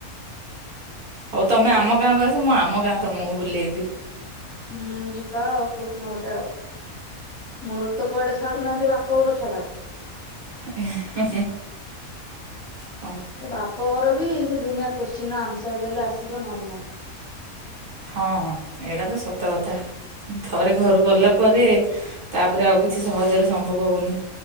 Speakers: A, on the right (about 55°); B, in the centre.
A: ହଉ ତମେ ଆମ ଗାଁକୁ ଆସ ମୁଁ ଆମ ଗାଁ ତମକୁ ବୁଲେଇବି
B: ହୁଁ ଯିବା ଆଉ କାଉଁଦିନ ଗୋଟେ ଆଉ ମୁଳରୁ ତ କୁଆଡେ ଛାଡୁନାହାନ୍ତି ବାପା ତୋର ଛଡା <inaudible>
A: ହି ହି
B: ସେ ବାପ ଘର ବି ସେ ଦୁନିଆ କୋଶ୍ଚିିନ ଆନ୍ସର ଦେଲେ ଆସିବ ନହେଲେ ନହିଁ
A: ହଁ ଏଇଟା ତ ସତ କଥା ଥରେ ଘରୁ ଗଲା ପରେ ତାପରେ ଆଉ କିଛି ସହଜରେ ସମ୍ଭବ ହଉନି